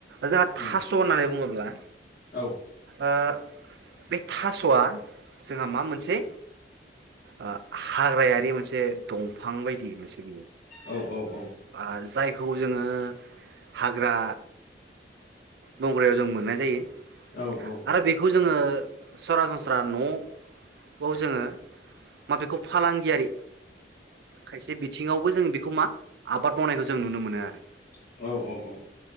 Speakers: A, on the right (about 65°); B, on the left (about 50°).
A: जोंहा
B: उम
A: थास' होननानै बुङोब्ला
B: औ।
A: ओ बे थास'आ जोंहा मा मोनसे ओ हाग्रायारि मोनसे दंफां बायदि मोनसे बियो।
B: औ औ औ उम
A: ओ जायख खौ जोङो हाग्रा बंग्रायाव जों मोननाय जायो।
B: औ औ।
A: आरो बेखौ जोङो सरासनस्रा न'आव जोङो मा बेखौ फालांगियारि खायसे बिथिङावबो जों बेखौ मा आबाद मावनायखौ जों नुनो मोनो आरो।
B: औ औ उम औ औ उम